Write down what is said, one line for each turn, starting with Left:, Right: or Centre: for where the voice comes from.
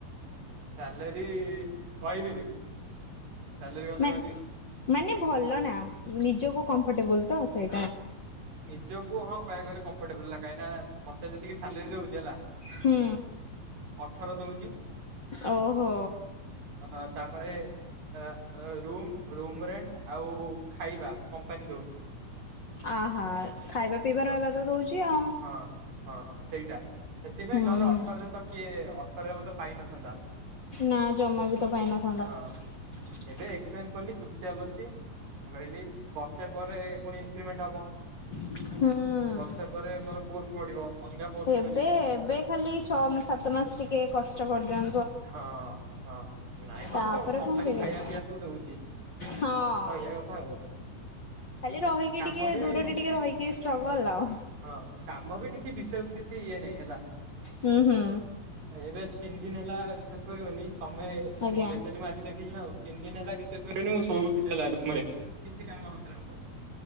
Right: ସାଲେରୀ, କହିବି ସାଲେରୀ କଥା
Left: ନା
Right: କହିବି?
Left: ମାନେ ଭଲ ନା ନିଜକୁ କମ୍ଫଟେବୁଲୁ ତ ସେ
Right: ନିଜକୁ ହଁ କହିବାକୁ ଗଲେ, କମ୍ଫର୍ଟେବଲଲା କାହିଁକି ନା ମତେ ଯେତିକି ସାଲେରୀ ଦଉଛି ହେଲା।
Left: ହୁଁ
Right: ଅଠର ଦଉଛି।
Left: ଓ ହୋ
Right: ଅ ତାପରେ ର ରୁମ୍, ରୁମ୍ ରେ, ଆଉ ଖାଇବା କମ୍ପାନୀ ଦଉଛି।
Left: ଆ ହା ଖାଇବା, ପିଇବା,
Right: ହଁ
Left: ରହିବା ତ ଦେଉଛି ଆଉ
Right: ହଁ, ହଁ, ସେଇଟା ସେଥିପାଇଁ
Left: ହୁଁ।
Right: ନହେଲେ ଅଠରରେ ତ କିଏ ଅଠରରେ ମତେ ପାଇନଥାନ୍ତା।
Left: ନା ଜମା ବି ତ ପାଇନଥାନ୍ତା।
Right: ହଁ
Left: <inaudible>
Right: ଏବେ ଚୁପଚାପ୍ ଅଛି, ମୁହି କହିଲି ବର୍ଷେ ପରେ ପୁଣି ଇନକ୍ରିମେଣ୍ଟ ହବ।
Left: ହୁଁ
Right: ବର୍ଷେ ପରେ ମୋର ପୋଷ୍ଟ ବଢିବ। ଅଲଗା ପୋଷ୍ଟକୁ
Left: ଏବେ
Right: ଯିବି
Left: ଏବେ ଖାଲି ଛଅ, ସାତ ମାସ, ଟିକେ କଷ୍ଟ କରି ଦିଅ
Right: ହଁ ହଁ ନାଇଁ ମ,
Left: ତାପରେ
Right: ତ କମ୍ପାନୀ
Left: କଣ ଠିକ
Right: ଖାଇବା
Left: ଅଛି
Right: ପିଇବା ସବୁ ଦଉଛି,
Left: ହଁ।
Right: ତ ଏଇଆ କଥା ଆଉ
Left: ଖାଲି ରହିକି
Right: କାମ
Left: ଟିକେ
Right: ବି,
Left: ଦୂରରେ ଟିକେ ରହିକି ଷ୍ଟ୍ରଗଲ ଆଉ।
Right: ହଁ କାମ ବି କିଛି କିଛି ବିଶେଷ କିଛି ଇଏ ନାଇଁ ହେଲା।
Left: ହୁଁ, ହୁଁ।
Right: ଏବେ ତିନି, ଦିନ ହେଲା ବିଶ୍ବାସ କରିବନି ତମେ, ତମ
Left: ଆଜ୍ଞା
Right: ମେସେଜ ମୁଁ ଆଜି ଦେଖିଲିନା। ଆଉ ତିନି, ଦିନ ହେଲା ବିଶ୍ବାସ କରିବନି ମୁଁ ସୋଉ <unintelligible> କିଛି କାମ ନଥିଲା ଆମର